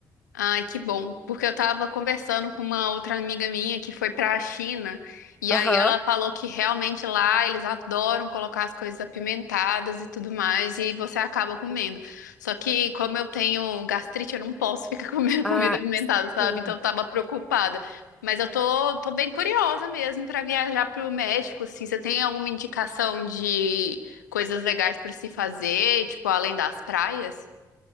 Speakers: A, on the left (about 75°); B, in the centre.
A: Ai, que bom, porque eu tava conversando com uma outra amiga minha que foi pra China, e
B: Aham.
A: aí ela falou que realmente lá eles adoram colocar as coisas apimentadas e tudo mais, e você acaba comendo. Só que como eu tenho gastrite, eu não posso ficar <laughs> comendo comida
B: Ah,
A: apimentada, sabe?
B: sim.
A: Então eu tava preocupada. Mas eu tô, tô bem curiosa mesmo pra viajar pro México, assim. Você tem alguma indicação de coisas legais pra se fazer, tipo, além das praias?